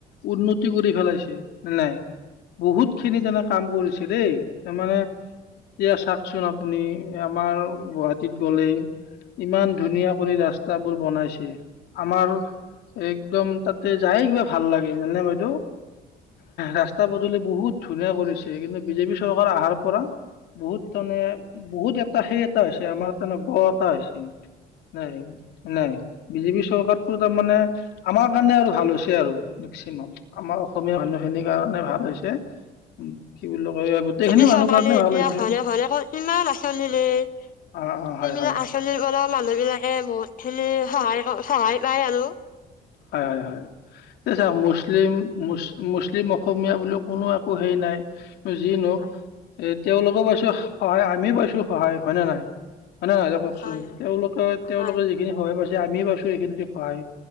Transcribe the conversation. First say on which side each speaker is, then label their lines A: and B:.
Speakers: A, on the left; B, on the left.
A: উন্নতি কৰি পেলাইছে নে নাই বহুত খিনি তাৰমানে কাম কৰিছে দেই তাৰমানে এয়া চাক- চোন আপুনি আমাৰ গুৱাহাটীত গলে ইমান ধুনীয়া কৰি ৰাস্তাবোৰ বনাইছে আমাৰ একদম তাতে যায় কিবা ভাল লাগে জানে বাইদেউ ৰাস্তা ব'দলি বহুত ধুনীয়া কৰিছে কিন্তু বিজেপি চৰকাৰ আহাৰ পৰা বহুত তেনে বহুত এটা সেই এটা হৈছে আমাৰ কাৰানে ব এটা হৈছে নাই নাই বিজিপে চ চৰকাৰটো তাৰমানানে আমাৰ কাৰণে আৰু ভাল হৈছে আৰু মেক্সিমাম আমাৰ অসমীয়া মানুহখিনিৰ কাৰণে ভাল হৈছে। উম কি বুলি কয় গোটেইখিনি
B: ই চৰকাৰী
A: মানুহ কাৰণে
B: এতিয়া
A: ভাল হৈছে।
B: ঘৰে ঘৰে ক কিমান আঁচনি দিলে সেইবিলাক
A: অ অ হয় হয়
B: আঁচনিৰ পৰাও মানুহবিলাকে বহুত এনে সহায় সহায় পাই আৰু
A: হয় হয় হয় এই চাও মুছলিম মুচ মুছলিম অসমীয়া বুলিও কোনো একো হেই নাই যি নহক
B: হয়
A: এ তেওঁলোকো পাইছে সহায়। আমিও পাইছো সহায়। হয়নে নে নহয়? হয় না কওকচোন
B: হয় হয়
A: তেওঁলোকে তেওঁলোকে
B: হয়
A: যিখিনি সহায় পাইছে যে আমি পাইছো এইখিন তে সহায়